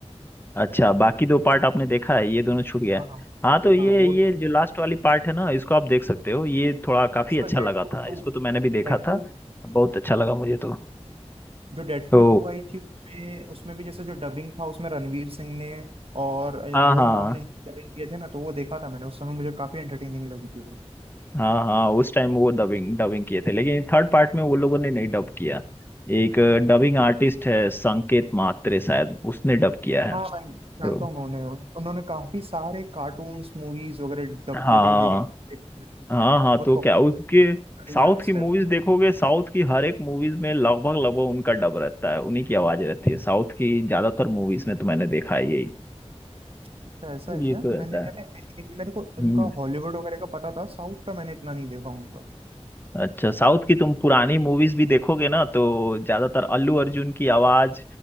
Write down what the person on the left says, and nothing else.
अच्छा बाकी दो पार्ट आपने देखा है ये दोनों छूट गया
है
हाँ तो ये
ये जो लास्ट वाली पार्ट है ना इसको आप देख सकते हो ये थोड़ा काफी
अच्छा
लगा था
इसको तो मैंने भी देखा
था बहुत अच्छा लगा मुझे तो
तो
हाँ
हाँ
हाँ हाँ उस टाइम वो डबिंग डबिंग किए थे लेकिन थर्ड पार्ट में वो लोगों ने नहीं डब किया एक डबिंग आर्टिस्ट है संकेत मात्रे शायद उसने डब किया है
तो
हाँ
हाँ हाँ तो
क्या उसके साउथ
की मूवीज
देखोगे साउथ की हर एक मूवीज में लगभग लगभग उनका डब रहता है उन्हीं की आवाज रहती है साउथ की ज्यादातर मूवीज में तो मैंने देखा है यही
ये
तो रहता
है
हम्म
अच्छा साउथ की तुम पुरानी मूवीज भी देखोगे ना तो ज्यादातर अल्लू अर्जुन की आवाज